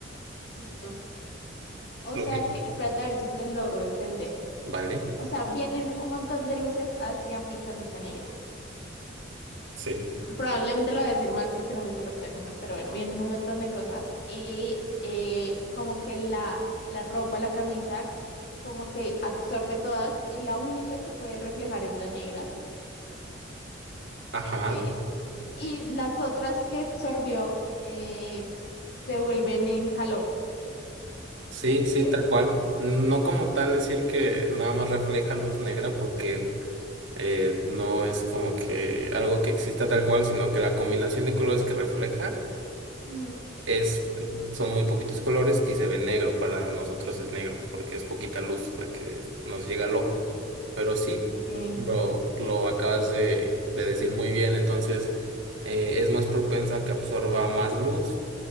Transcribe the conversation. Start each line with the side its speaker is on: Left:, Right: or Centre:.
Left: Justo. O
Right: Lo
Left: sea
Right: que,
Left: que, espérate a ver si te logro entender.
Right: vale.
Left: O sea, vienen un montón de luces hacia mi camisa negra.
Right: Sí.
Left: Probablemente lo voy a decir mal porque no me sé los términos, pero bueno, vienen un montón de cosas y eh, como que la, la ropa, la camisa, como que absorbe todas y la única que puede reflejar es la negra.
Right: Ajá,
Left: sí. y las otras que absorbió eh, se vuelven en calor,
Right: sí, sí,
Left: ¿sí?
Right: tal cual. No como tal decir que nada más refleja luz negra, porque eh, no es como que algo que exista tal cual, sino que la combinación de colores que refleja
Left: Ujú.
Right: es, son muy poquitos colores y se ve negro. Para nosotros es negro, porque es poquita luz la que nos llega al ojo. Pero sí,
Left: Ok,
Right: lo, lo acabas de, de decir muy bien, entonces eh, es más propensa a que absorba más luz.